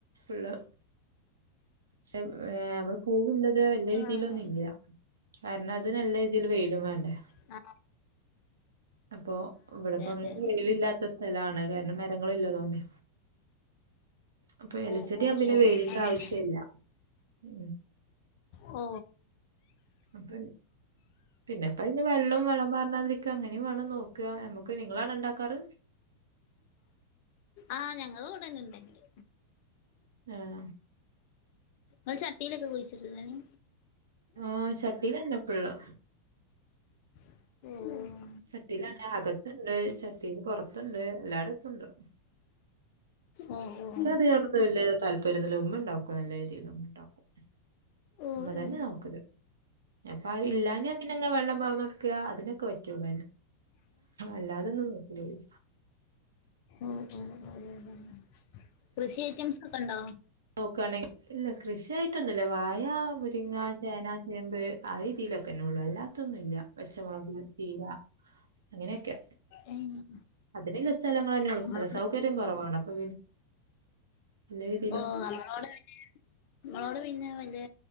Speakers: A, on the right; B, on the left.
A: ഉള്ള പക്ഷെ ഏ നമ്മള് പൂവില്ലത് വല രീതിയിലൊന്നും
B: ആഹ്
A: ഇല്ല കാരണം അത് നല്ല രീതിയിൽ വെയിലും വേണ്ടേ
B: ആ
A: അപ്പൊ ഇവിടെപ്പോ
B: അതെ
A: അങ്ങനെ
B: അതെ
A: വെയില ഇല്ലാത്ത സ്ഥലാണ് കാരണം മരങ്ങള ഇല്ലതോണ്ടെ അപ്പൊ ഇലച്ചെടി
B: ഓ ഓ
A: അ പിന്നെ
B: ഓ
A: വെയിലിന്റെ
B: അതന്നെ
A: ആവശ്യം ഇല്ല ഉ
B: ഓ
A: അപ്പ പിന്നെപ്പ ഇ വെള്ളവും വെളം പറഞ്ഞതി അങ്ങനെയ വേണം നോക്കുക നമുക്ക് നിങ്ങളാണ് ഉണ്ടാക്കാറ്
B: ആഹ ഞങ്ങള് ഉവിടന്നെ ഉണ്ടെങ്കില്
A: ആഹ
B: ൾ ചട്ടിയിലൊക്കെ കുഴിച്ചിട്ടില്ലയന്
A: ആഹ ചട്ടീല്ലെന്നേ ഒക്കള്ളേ
B: ഉം
A: ചട്ടിയിലാണ് അകത്തുണ്ട് ചട്ടിൽ പുറത്തുണ്ട് എല്ലാടത്തുണ്ട്
B: ഉം ഉം
A: അതിനന്ന് വലിയ താല്പര്യംല്ല ഉമ്മ ഉണ്ടാക്കും നല്ല രീതിയിൽ ഉമ്മ ഉണ്ടാക്കും
B: ഓ ഓ
A: ഉമ്മ തന്നെ
B: ഓ ഓ
A: നോക്കല് അപ്പൊ ഇല്ലാഞാ പിന്നെ വെള്ളം പറന്നെടുക്കുക അതിനൊക്കെ വ അല്ലാതൊന്ന് നോക്കിയി
B: ഓ ഓ കൃഷി ഐറ്റംസ് ഒക്കെ ഉണ്ടോ
A: നോക്കുകവാണെങ്കിൽ ഇല്ല കൃഷിയായിട്ടൊന്നുല്ല വായ മുരിങ്ങ ചേന ചേമ്പ് ആ രീതിയിലൊക്കെന്നെ ഉള്ളൂ അല്ലാത്തൊന്നും ഇല്ല. പച്ചമുളക് ചീര അങ്ങനെയൊക്കെ
B: ഏഹ്
A: അതിനുള്ള സ്ഥലങ്ങൾ തന്നെയള്ള
B: നമ്മളോട്
A: സ്ഥലം സൗ ഇ കുറവാണ് അപ്പൊ അല്ല
B: ഓ നമ്മളോടെ നമ്മളോട് പിന്നെ വല്യ